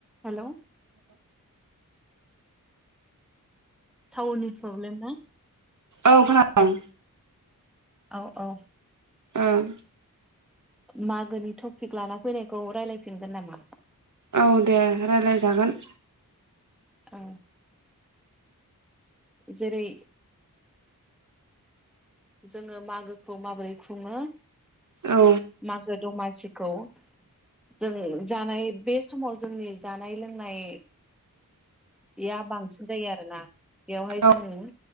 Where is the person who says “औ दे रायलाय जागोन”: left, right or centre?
Right